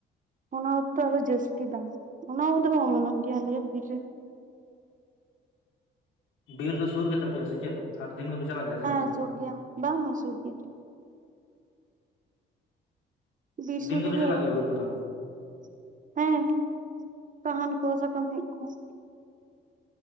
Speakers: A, on the right (about 40°); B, on the left (about 80°).
A: ᱚᱱᱟ ᱩᱫ ᱟᱫᱚ ᱡᱟᱥᱛᱤ ᱫᱟᱢ ᱚᱱᱟ ᱩᱫ ᱦᱚᱸ ᱚᱢᱚᱱᱚᱜ ᱜᱮᱭᱟ ᱟᱞᱮᱭᱟᱜ ᱵᱤᱨ ᱨᱮ ᱾
B: ᱵᱤᱨ ᱫᱚ ᱥᱩᱨ ᱜᱮᱛᱟ ᱯᱮᱭᱟ ᱥᱮ ᱪᱮᱫ? ᱟᱨ ᱫᱤᱱ ᱜᱮᱯᱮ ᱪᱟᱞᱟᱜ ᱜᱮᱭᱟ? ᱥᱮ
A: ᱦᱮᱸ
B: ᱪᱮᱫ
A: ᱥᱩᱨ ᱜᱮᱭᱟ ᱵᱟᱝ ᱵᱟᱝ ᱢᱟ ᱥᱩᱨ ᱜᱮᱭᱟ ᱾ ᱵᱤᱨ ᱥᱩᱨ
B: ᱫᱤᱱ ᱜᱮᱯᱮ
A: ᱨᱮᱜᱮ
B: ᱪᱟᱞᱟᱜ
A: ᱚᱲᱟᱜ
B: ᱜᱮᱭᱟ
A: ᱛᱟᱞᱮ
B: ᱵᱤᱨ ᱠᱚᱫᱚ
A: ᱾ ᱦᱮᱸ ᱥᱟᱦᱟᱱ ᱠᱚ ᱥᱟᱠᱟᱢ ᱦᱮᱡ ᱠᱚ ᱾